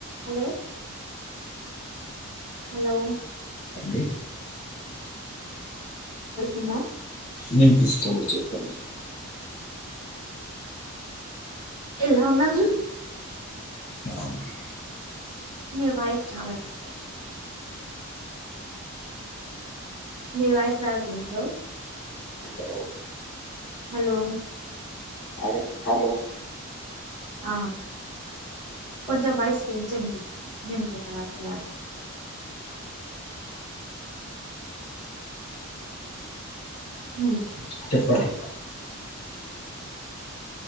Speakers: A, on the right; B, on the left.
A: Hello hello
B: అండి
A: ఎండా
B: వినిపిస్తూ ఉంది చెప్పండి
A: ఎలా ఉన్నారు
B: బాగున్నాను
A: మీ వాయిస్ రావట్లే మీ వాయిస్ రావట్లే హలో
B: హలో
A: హలో
B: అరే హలో
A: ఆ కొంచెం వాయిస్ పెంచండి విన్నపడట్ల హుమ్మ్
B: చెప్పండి